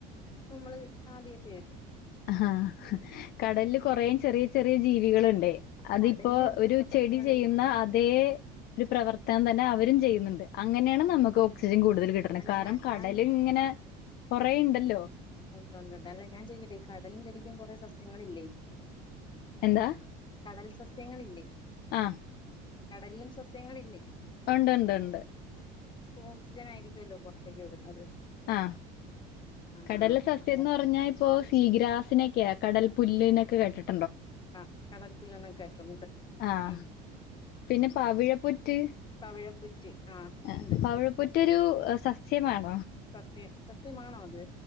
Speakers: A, on the left; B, on the left.
A: നമ്മള് ആദ്യത്തെ
B: ആഹ കടലില് കൊറേയും ചെറിയ ചെറിയ ജീവികളുണ്ട് അതിപ്പോൊ
A: കടലിലും ഉണ്ട്
B: ഒരു
A: സസ്യങ്ങള്
B: ചെടി ചെയ്യുന്ന അതേ ഒരു പ്രവർത്തനം തന്നെ അവരും ചെയ്യുന്നുണ്ട് അങ്ങനെയാണ് നമുക്ക് ഓക്സിജൻ കൂടുതൽ കിട്ടണം
A: അല്ല
B: കാരണം
A: ഞാൻ
B: കടല
A: ഞാൻ
B: ഇങ്ങനെ കൊറെേ ഉണ്ടല്ലോ
A: ഉണ്ട്ണ്ട്ണ്ട് അല്ല ഞാൻ ചെയ്യട്ടെ ഈ കടലിിൽ കടിക്കാൻ കുറെേ സസ്യങ്ങളില്ലേ
B: എന്താ
A: കടൽ സസ്യങ്ങളില്ലേ
B: ആ
A: കടലിലും സസ്യങ്ങളല്ലേ
B: ഉണ്ട്ണ്ട് ഉണ്ട്
A: ഓക്സിജൻ ആയിരിക്കുമല്ലോ പുറത്തേക്ക് വിടുന്നത്
B: ആഹ
A: ആ
B: കടലിലെ സസ്യം
A: ആ
B: എന്ന് പറഞ്ഞാ ഇപ്പോൊ സീഗ്രാസിനെക്ക കടൽ പുല് എന്നൊക്കെ കേട്ടിട്ട്
A: ആഹ കടൽപ്പില്ലന്ന കേട്ടിട്ടുണ്ട്
B: ആഹ്
A: ഉം
B: പിന്നെ പാവിഴപ്പൊറ്റ്
A: പവിഴപ്പുറ്റ്
B: ആ
A: ഉണ്ട്
B: പവിഴ പ്പറ്റൊരു സസ്യമാണ്
A: സസ്യം സസ്യമാണോ അത്